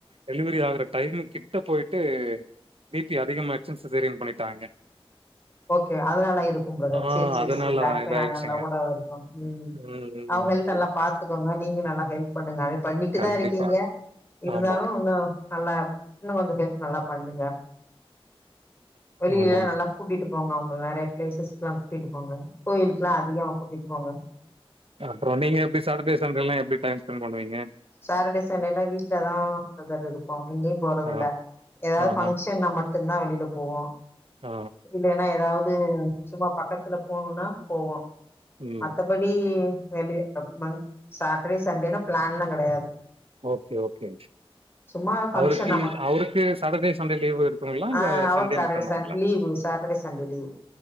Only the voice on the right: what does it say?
டெலிவரி ஆகுற டைம் கிட்ட போய்ட்டு பி பி அதிகமாயிச்சுனு சிசேரியன் பண்ணிட்டாங்க
ஆ
அதனால
இதாயிடுச்சுங்க
ம்
ம்
கண்டிப்பா
ஆமா
ஆமாங்க
அப்புற நீங்க எப்டி சாட்டர்டே சண்டேல்லா எப்டி டைம் ஸ்பெண்ட் பண்ணுவீங்க
ஆ
ஆ
ஆ
ஆ
ம்
ஓகே ஓகே
அவருக்கு
அவருக்கு சாட்டர்டே சண்டே லீவு இருக்குங்களா இல்ல
சண்டே
மட்டுந்தாங்களா